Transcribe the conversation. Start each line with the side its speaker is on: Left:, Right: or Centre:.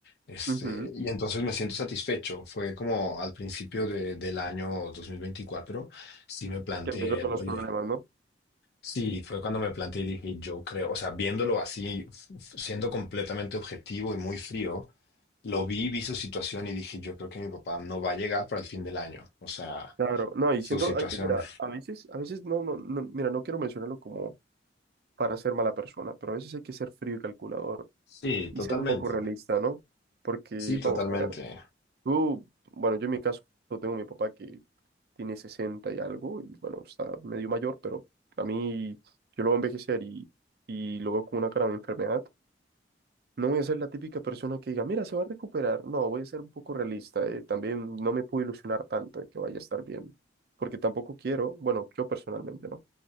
Left: Este,
Right: Ujú,
Left: y entonces me siento satisfecho. Fue como al principio de- del año 2024, sí me planteé,
Right: Que empezó con
Left: el,
Right: los
Left: oye,
Right: problemas, ¿no?
Left: Sí, fue cuando me planteé y dije, yo creo, o sea, viéndolo así, f- f- siendo completamente objetivo y muy frío, lo vi, vi su situación y dije, yo creo que mi papá no va a llegar para el fin del año. O sea,
Right: Claro, no, y
Left: su
Right: siendo,
Left: situación.
Right: hay que, mira, a veces, a veces no, no, no, mira, no quiero mencionarlo como para ser mala persona, pero a veces hay que ser frío y calculador
Left: Sí,
Right: y
Left: totalmente.
Right: ser un poco realista, ¿no? Porque,
Left: Sí,
Right: vamos
Left: totalmente.
Right: a ver, tú, bueno, yo en mi caso tengo a mi papá que tiene 60 y algo, y bueno, está medio mayor, pero a mí yo lo voy a envejecer y, y lo veo con una cara de enfermedad. No voy a ser la típica persona que diga, mira, se va a recuperar. No, voy a ser un poco realista. eh, También no me puedo ilusionar tanto de que vaya a estar bien, porque tampoco quiero, bueno, yo personalmente, ¿no?